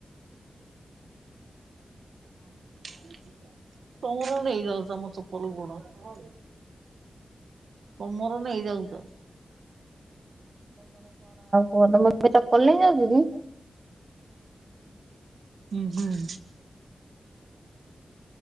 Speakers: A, on the right; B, on the right.
A: ଆ ତ ସି ଯ <inaudible> ତଙ୍ଗରୁଣ୍ଡ ହେଇଯାଉଛି ଆମ ଚୋପଲ ଗୋଡ <unintelligible> ତମର ନେଇ ନେଇଯାଉଛ।
B: ହୁ ତମ ଚପଲ ନେଇଁ ଯାଉଛ କି <unintelligible>
A: ହୁଁ ହୁଁ।